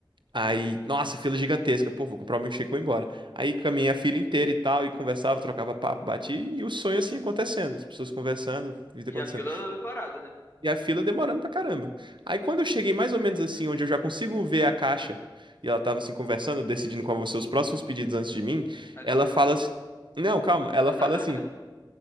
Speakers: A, on the right; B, on the left.
A: Aí, nossa, fila gigantesca. Pô, vou comprar o um milkshake e vou embora. Aí caminhei a fila inteira e tal, e conversava, trocava papo, bati, e o sonho assim acontecendo, as pessoas conversando, vida acontecendo.
B: E a fila é parada, né?
A: E a fila demorando pra caramba. Aí quando eu cheguei mais ou menos assim, onde eu já consigo ver a caixa, e ela tava assim conversando, decidindo qual vão ser os próximos pedidos antes de mim,
B: Aí
A: ela
B: tu acorda.
A: fala assim. Não, calma, ela
B: <laughs>
A: fala assim.